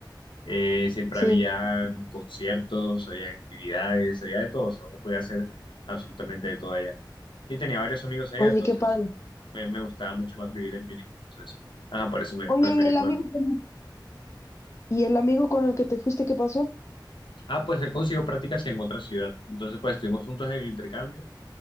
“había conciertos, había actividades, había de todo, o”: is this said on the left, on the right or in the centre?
Left